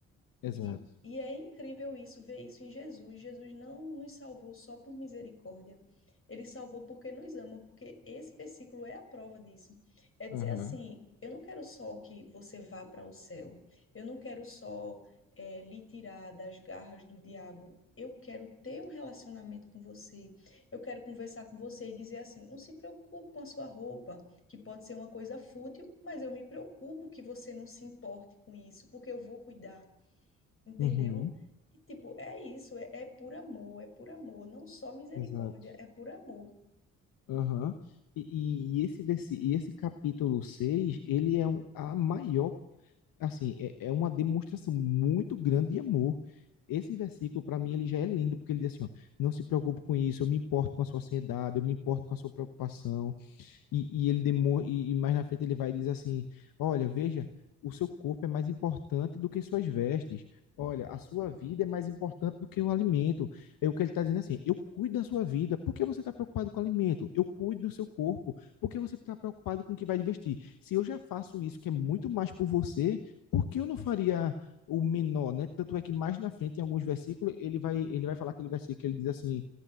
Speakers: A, on the left; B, on the left.
A: Exato.
B: E, e é incrível isso, ver isso em Jesus. Jesus não nos salvou só por misericórdia. Ele salvou porque nos ama, porque esse versículo é a prova disso. É dizer
A: Aham.
B: assim: eu não quero só que você vá para o céu, eu não quero só eh, lhe tirar das garras do diabo. Eu quero ter um relacionamento com você. Eu quero conversar com você e dizer assim: não se preocupe com a sua roupa, que pode ser uma coisa fútil, mas eu me preocupo que você não se importe com isso, porque eu vou cuidar entendeu?
A: Uhum.
B: E, tipo, é isso, é, é por amor, é por amor, não só misericórdia,
A: Exato.
B: é por amor.
A: Aham. E, e e esse versi... e esse capítulo 6, ele é um- a maior, assim, é, é uma demonstração muito grande de amor. Esse versículo, para mim, ele já é lindo, porque ele diz assim, ó, não se preocupe com isso, eu me importo com a sua ansiedade, eu me importo com a sua preocupação, E, e ele demo, e, e mais na frente ele vai e diz assim: Olha, veja, o seu corpo é mais importante do que suas vestes. Olha, a sua vida é mais importante do que o alimento. É o que ele está dizendo assim: eu cuido da sua vida. Por que você está preocupado com o alimento? Eu cuido do seu corpo. Por que você está preocupado com o que vai vestir? Se eu já faço isso, que é muito mais por você, por que eu não faria o menor, né? Tanto é que mais na frente, em alguns versículos, ele vai, ele vai falar aquele versículo que ele diz assim